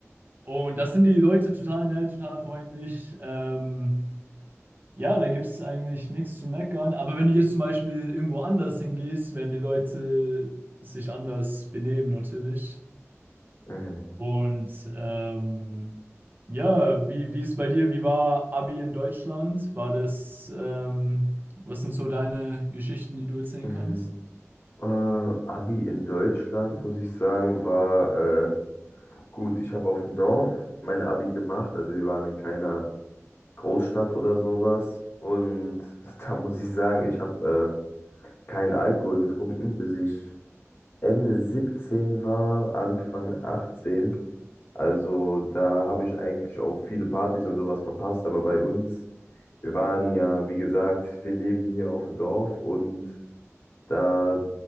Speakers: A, on the right (about 40°); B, on the left (about 50°).
A: Und das sind die Leute total nett, total freundlich. Ähm, ja, da gibt es eigentlich nichts zu meckern. Aber wenn du jetzt zum Beispiel irgendwo anders hingehst, werden die Leute sich anders benehmen natürlich.
B: mhm,
A: Und ähm, ja, wie, wie ist bei dir? Wie war Abi in Deutschland? War das, ähm, was sind so deine Geschichten, die du erzählen
B: mhm.
A: kannst?
B: Äh, Abi in Deutschland, muss ich sagen, war äh, gut. Ich habe auf dem Dorf mein Abi gemacht, also wir waren in keiner Großstadt oder sowas. Und <laughs> da muss ich sagen, ich habe äh, keinen Alkohol getrunken, bis ich Ende 17 war, Anfang 18. Also da habe ich eigentlich auch viele Partys und sowas verpasst. Aber bei uns, wir waren ja, wie gesagt, wir leben hier auf dem Dorf und da,